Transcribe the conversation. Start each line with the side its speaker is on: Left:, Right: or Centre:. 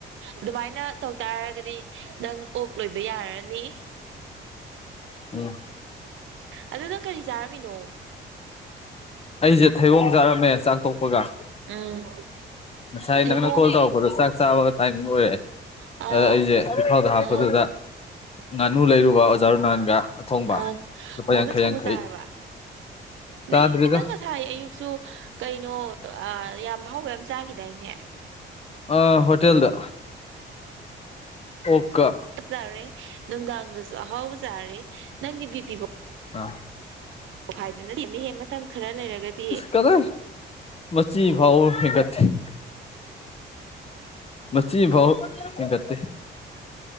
Right: ꯑꯗꯨꯃꯥꯏꯅ ꯇꯧꯇꯥꯔꯒꯗꯤ ꯅꯪ ꯑꯣꯛ ꯂꯣꯏꯕ ꯌꯥꯔꯅꯤ
Left: ꯎꯝ
Right: ꯑꯗꯨ ꯅꯪ ꯀꯔꯤ ꯆꯥꯔꯝꯃꯤꯅꯣ
Left: ꯑꯩꯖꯦ ꯊꯩꯕꯣꯡ ꯆꯥꯔꯝꯃꯦ ꯆꯥꯛꯊꯣꯛꯄꯒ
Right: ꯎꯝ
Left: ꯉꯁꯥꯏ
Right: ꯊꯩꯕꯣꯡ
Left: ꯅꯪꯅ ꯀꯣꯜ ꯇꯧꯔꯛꯄꯗꯣ ꯆꯥꯛ ꯆꯥꯕꯒ ꯇꯥꯏꯃꯤꯡ ꯑꯣꯏꯔꯛꯑꯦ
Right: ꯑ
Left: ꯑꯗ ꯑꯩꯁꯦ ꯄꯤꯈꯥꯎꯗ
Right: ꯎꯝ
Left: ꯍꯥꯞꯄꯗꯨꯗ ꯉꯥꯅꯨ ꯂꯩꯔꯨꯕ ꯑꯣꯖꯥ ꯔꯨꯅꯥꯟꯒ ꯑꯊꯣꯡꯕ
Right: ꯑ
Left: ꯂꯨꯄꯥ
Right: ꯉꯅꯣ
Left: ꯌꯥꯡꯈꯩ
Right: ꯊꯣꯡꯕ
Left: ꯌꯥꯡꯈꯩ
Right: ꯆꯥꯔꯕ
Left: ꯆꯥꯗ꯭ꯔꯤꯗ
Right: ꯅꯪꯅ ꯉꯁꯥꯏ ꯑꯌꯨꯛꯁꯨ ꯀꯩꯅꯣ ꯌꯥꯝ ꯑ ꯍꯥꯎꯕ ꯌꯥꯝ ꯆꯥꯈꯤꯗꯥꯏꯅꯦ
Left: ꯑ ꯍꯣꯇꯦꯜꯗ ꯑꯣꯛꯀ
Right: ꯆꯔꯦ ꯅꯨꯡꯗꯥꯡꯗꯁꯨ ꯑꯍꯥꯎ ꯆꯥꯔꯦ ꯅꯪꯒꯤ ꯕꯤ ꯄꯤ
Left: ꯑ
Right: ꯄꯣꯛꯈꯥꯏꯗꯅ ꯁꯤꯦꯅꯤꯍꯦ ꯃꯇꯝ ꯈꯔ ꯂꯩꯔꯒꯗꯤ
Left: ꯀꯗ ꯃꯆꯤ ꯐꯥꯎꯥꯕ ꯍꯩꯟꯒꯠꯇꯦ ꯃꯁꯤꯕꯧ ꯏꯒꯠꯇꯦ